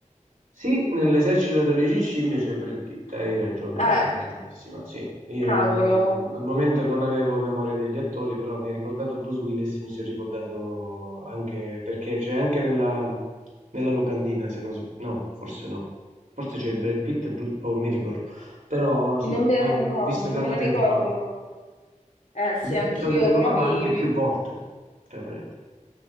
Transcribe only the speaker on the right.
Sì, nell'esercito 12 scimmie c'è Brad Pitt, hai ragione,
ragionissima. Sì, io
mm, al momento non avevo memoria degli attori, però mi hai ricordato Bruce Willis, mi sono ricordato anche perché c'è anche nella, nella locandina, se non s- no, forse no. Forse c'è Brad Pitt e Bruce, oh, mi ricordo. Però sì,
eh,
l'ho
visto
tanto
tempo
fa.
L'ho visto
tanto tempo
fa,
ma anche
più volte, tra parentesi.